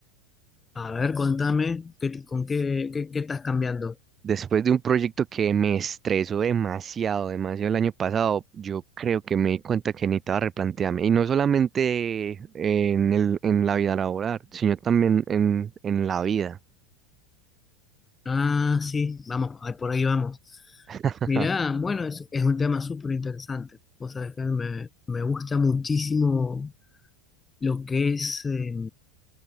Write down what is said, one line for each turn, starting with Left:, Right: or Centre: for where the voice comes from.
Left: A ver, contame, ¿qué, con qué, qué, qué estás cambiando?
Right: Después de un proyecto que me estresó demasiado, demasiado el año pasado, yo creo que me di cuenta que necesitaba replantearme. Y no solamente en el, en la vida laboral, sino también en, en la vida.
Left: Ah, sí, vamos, ahí, por ahí vamos.
Right: <laughs>
Left: Mirá, bueno, es, es un tema súper interesante. Vos sabés que me, me gusta muchísimo lo que es, eh,